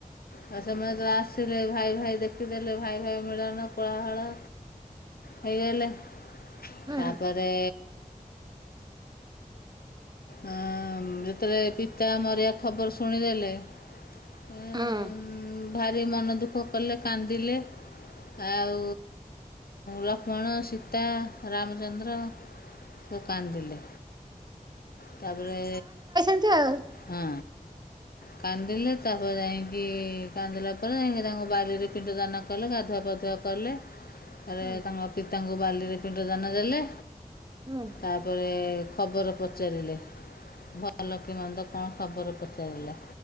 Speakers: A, on the left (about 85°); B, on the right (about 30°).
A: ଆଉ ସେମାନେ ଯଉ ଆସିଲେ ଭାଇ ଭାଇ ଦେଖିଦେଲେ ଭାଇ, ଭାଇ ମିଳନ କୁଳାହଳ ହେଇ ଗଲା?
B: ହୁଁ
A: ତାପରେ ଆ ମ। ଯେତେବେଳେ ପିତା ମରିବା ଖବର ଶୁଣିଦେଲେ ଉମ୍
B: ହୁଁ
A: ଭାରି ମନ ଦୁଃଖ କଲେ କାନ୍ଦିଲେ। ଆଉ ଲକ୍ଷ୍ମଣ, ସୀତା, ରାମଚନ୍ଦ୍ର। ସବୁ କାନ୍ଦିଲେ ତାପରେ
B: <unintelligible>
A: ହଁ। କାନ୍ଦିଲେ ତା ପରେ ଯାଇଁକି କାନ୍ଦିଲା ପରେ ଯାଇଁକି ତାଙ୍କ ବାଲିରେ ପିଣ୍ଡ ଦାନ କଲେ ଗାଧୁଆ, ପାଧୁଆ କଲେ। ତାରେ
B: ହୁଁ
A: ତାଙ୍କ ପିତାଙ୍କୁ ବାଲିରେ ପିଣ୍ଡ ଦାନ ଦେଲେ।
B: ହୁଁ।
A: ତା ପରେ ଖବର ପଚାରିଲେ। ଭଲ କି ମନ୍ଦ କଣ ଖବର ପଚାରିଲା